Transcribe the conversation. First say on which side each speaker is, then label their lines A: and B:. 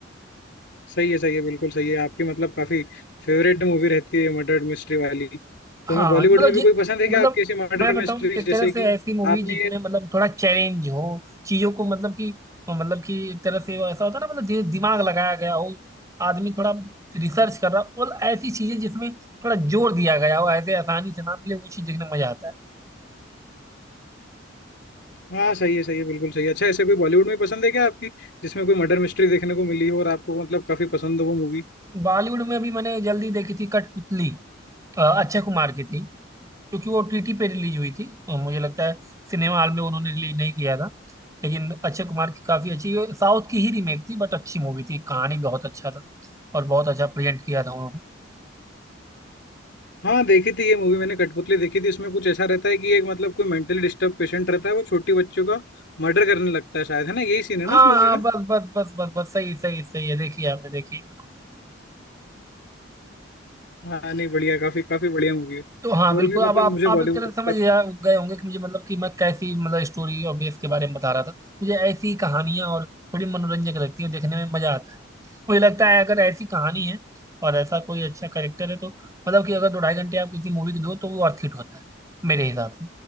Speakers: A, on the left; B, on the right.
A: सही है सही है बिल्कुल सही है आपकी मतलब काफी फेवरेट मूवी रहती है मर्डर मिस्ट्री वाली
B: हाँ
A: तो मैं बॉलीवुड
B: मतलब
A: में
B: जि-
A: भी कोई पसंद है क्या
B: मतलब
A: आपकी ऐसी मर्डर
B: मैं बताऊं
A: मिस्ट्री
B: एक
A: जैसे
B: तरह से
A: कि
B: ऐसी मूवी
A: आपने
B: जिसमें
A: ये
B: मतलब थोड़ा चैलेंज हो चीजों को मतलब कि मतलब कि एक तरह से वो ऐसा होता है ना मतलब दि, दिमाग लगाया गया हो आदमी थोड़ा रिसर्च कर रहा हो मतलब ऐसी चीजें जिसमें थोड़ा जोर दिया गया हो ऐसे आसानी से ना मिले वो चीज देखने में मजा आता
A: हाँ सही है सही है बिल्कुल सही है अच्छा ऐसे कोई बॉलीवुड में पसंद है क्या आपकी जिसमें कोई मर्डर मिस्ट्री देखने को मिली हो और आपको मतलब काफी पसंद हो वो मूवी
B: है बॉलीवुड में अभी मैंने जल्दी देखी थी कठपुतली अ, अक्षय कुमार की थी क्योंकि वो ओटीटी पे रिलीज हुई थी और मुझे लगता है सिनेमा हॉल में उन्होंने रिलीज नहीं किया था लेकिन अक्षय कुमार की काफ़ी अच्छी साउथ की ही रीमेक थी बट अच्छी मूवी थी कहानी बहुत अच्छा था और बहुत अच्छा प्रेजेंट किया था उन्होंने
A: हाँ देखी थी ये मूवी मैंने कठपुतली देखी थी इसमें कुछ ऐसा रहता है कि एक मतलब कोई मेंटली डिस्टर्ब पेशेंट रहता है वो छोटी बच्चों का मर्डर करने लगता है शायद है ना यही सीन है
B: हाँ
A: ना उस मूवी
B: हाँ
A: का
B: बस बस बस बस बस सही सही सही है देखिए आपने देखी है
A: हाँ नहीं बढ़िया काफी काफी बढ़िया मूवी है
B: तो हाँ बिल्कुल
A: और भी
B: अब
A: मतलब
B: आप
A: मुझे
B: आप
A: बॉलीवुड
B: एक तरह से समझ गया- गए होंगे कि मुझे मतलब कि मैं कैसी मतलब स्टोरी और बेस के बारे में बता रहा था मुझे ऐसी कहानियां और थोड़ी मनोरंजक लगती हैं देखने में मजा आता है मुझे लगता है अगर ऐसी कहानी है और ऐसा कोई अच्छा कैरेक्टर है तो मतलब कि अगर दो ढाई घंटे आप किसी मूवी को दो तो वो अर्थ हिट होता है मेरे हिसाब से